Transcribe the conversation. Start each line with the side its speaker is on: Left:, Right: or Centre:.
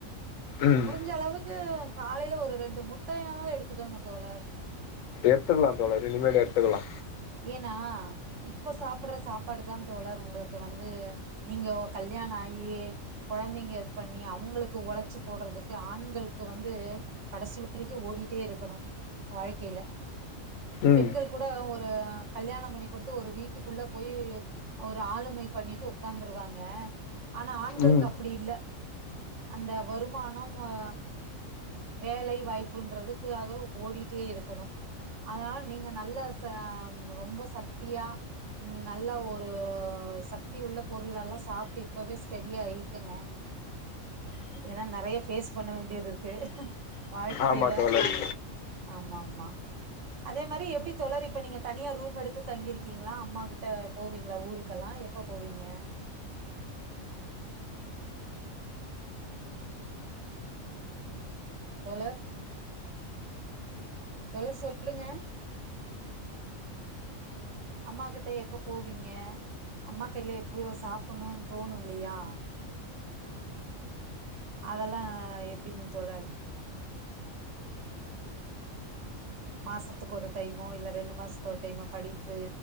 Left: ம்
Right: முடுஞ்ச அளவுக்கு காலேல ஒரு ரெண்டு முட்டயாவ்து எடுத்துக்கோங்க தோழர்
Left: எத்துக்லா தோழர் இனுமேலு எத்துக்கலா
Right: ஏனா இப்ப சாப்புடுற சாப் பாடு தா தோழர் உங்களுக்கு வந்து நீங்க ஒ கல்யாணொ ஆயி கொழந்தெங்க இது பண்ணி அவ்ங்களுக்கு உழச்சு போடுறதுக்கு ஆண்களுக்கு வந்து கடசி வரைக்கு ஓடீட்டே இருக்கனு வாழ்க்கைல
Left: ம்
Right: பெண்கள் கூட ஒ ஒரு கல்யாணம் பண்ணிக் குடுத்து ஒரு வீட்டுக்குள்ள போயி ஒரு ஆளுமை பண்ணிட்டு உக்காந்துருவாங்க ஆனா ஆண்களுக்கு
Left: ம்
Right: அப்புடி இல்ல அந்த வருமானொம் ஆ வேலை வாய்ப்புன்றதுக்காக ஓடீட்டே இருக்கணு அதுனால நீங்க நல்ல சா சா ரொம்ப சக்தியா ம் நல்லா ஒரு சக்தி உள்ள பொருளல்லா சாப்ட்டு இப்பவே ஸ்டெடி ஆய்க்கங்க எனா நறையா ஃபேஸ் பண்ண வேண்டியது இருக்கு வாழ்க்கைல
Left: ஆமாம் தோழர்
Right: அ ஆமா ஆமா அதே மாரி எப்டி தொளரி இப்ப நீங்க தனியா ரூம் எடுத்து தங்கிருக்கீங்ளா அம்மா கிட்ட போவீங்களா ஊருக்கெல்லா எப்ப போவீங்க தோழர் தோழர் சொல்லுங்க அம்மா கிட்ட எப்ப போவிங்க அம்மா கைல எப்பயோ சாப்புட்ணு தோணு இல்லயா அதெல்லா எப்டிங் தோழர் மாசத்துக்கு ஒரு டைமோ இல்ல ரெண்டு மாசத்துக்கு ஒரு டைமா படிப்பு